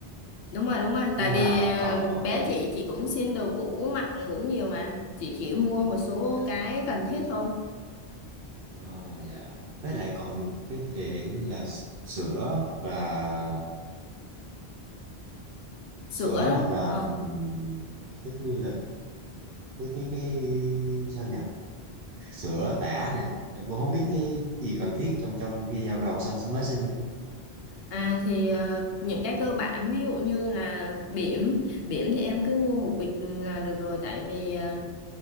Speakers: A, on the left; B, on the right.
A: Đúng rồi đúng rồi
B: nhưng
A: Tại vì
B: mà
A: ờ,
B: còn còn
A: bé
B: về
A: chị chị cũng xin đồ cũ mặc cũng nhiều mà Chị chỉ mua một số
B: dạ.
A: cái cần thiết thôi
B: Ờ, dạ với lại còn cái về này cũng như là sữa hoặc là
A: Sữa
B: sữa hoặc là
A: ờ,
B: ừm, cái như là cái cái, cái sao nhỉ sữa tã nè em cũng không biết
A: ừ.
B: cái gì cần thiết trong trong khi giao đầu sau mới sinh nữa
A: À thì ờ, những cái cơ bản ví dụ như là bỉm bỉm thì em cứ mua một bịch là được rồi tại vì ờ,